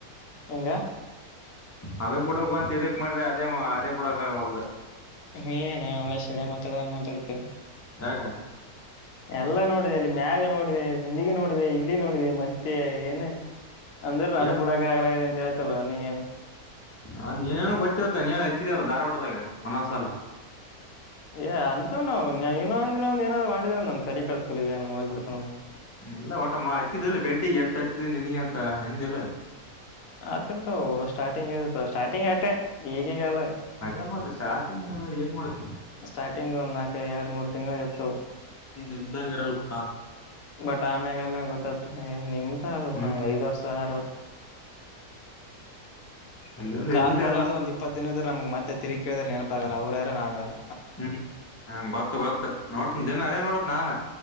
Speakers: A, on the left (about 70°); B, on the left (about 20°).
A: ಹೆಂಗ
B: ಅದಕ್ ಬಿಡಕಂತ ಇದಕ್ ಮಾಡ್ರಿ ಅದೇ ಅದೇ ಬಿಡಕವಲ್ದ
A: ನೀಏನ ಅವಳೆ ಶಡ ಮಾತಾಡ ಮಾತಾಡ್ತೀವೆ
B: ಯಾಕ
A: ಎಲ್ಲಾ ನೋಡಿದೆ ಅಲ್ಲಿ ಮ್ಯಾಗ ನೋಡಿದೆ ಹಿಂದಗ ನೋಡಿದೆ ಇಲ್ಲಿ ನೋಡಿದೆ ಮತ್ತೆ ಏನು ಅಂದ್ರೆ ನಾನು
B: ಏನ್
A: ಬಿಡಕ್ ಆಗ್ಲದೆ ಅಂತ ಹೇಳ್ತಲ್ವ ನೀಏನ್
B: ಹ ನೀನ್ೇನ ಗೊತ್ತಿರತ್ತ ನೀವ ಎತ್ತಿದಲ್ಲ ಧಾರವಾಡದಾಗ ಮನಸಲ್ಲ
A: ಏ ಅಂತ ನಾವು ಇನ್ನೊಂದ ದ ಇೊಂದ್ ಏನಾದ್ ಮಾಡಿದವ ನಮ್ ತಲೆ ಕಡಸ್ಕಿ ಏ ಹೋಗ್ಬಿಡ್ತವ ನಮ್ಗೆ
B: ಇಲ್ಲಾ ಊಟ ಮಾ ಇಐತ್ತಿದ್ದಲ್ಲಿ ಬೆಡ್ಡಿ ಎಟ್ಟ ಇತಿದ ನಿನಗೆ ಅಂತ ಅಂದಿಲ್ಲ
A: ಆತ್ರ್ತವ ಸ್ಟಾರ್ಟಿಂಗ್ ಇದತ ಸ್ಟಾರ್ಟಿಂಗ್ ಅಷ್ಟೆ ಈಗೀಗಲ್ಲ
B: ಆಗಾಮತ್ ಸ್ಟಾರ್ಟಿಂಗ್ ಏನ್ ಮಾಡುತ್ತೆ
A: ಸ್ಟಾರ್ಟಿಂಗ್ ಒಂದಕ ಆಡು ಮೂರು ತಿಂ ಎತ್ತುು
B: ಇದ್ದಂಗ ಇರಲ್ಪ
A: ಬಟ್ ಆಮ್ಯಾಗ ಆಮ್ಯಾಗ ಗೊತ್ತತ್ ನಿಮ್ ಅಲ್
B: ಹ್ಮ್
A: ನಾ್ ದ ವರ್ ಆರು ವರ್ಷ
B: ಎಲ್ಲ
A: ಕಾಲ್
B: ಇದ್ದದ್ದೆ
A: ಮಾಡಾರ್ದ
B: ಎಲ್ಲ
A: ಒಂದ್ ಇಪ್ಪತ್ ದಿನದ ನಮ್ಗ್ ಮತ್ತೆ ತಿಗಿ ಕೇಳಿದ್ರ ನೆನಪಾಗಲ್ಲ ಅವ್ರು ಯಾರ ನಾವ್ಯಾರು
B: ಹ್ಮ್ ಹ ಗೊತ್ತು ಗೊತ್ತತ್ ನೋಡ್ತನ ದಿನ ಅದೇ ನೋಡತ್ ನಾಾನ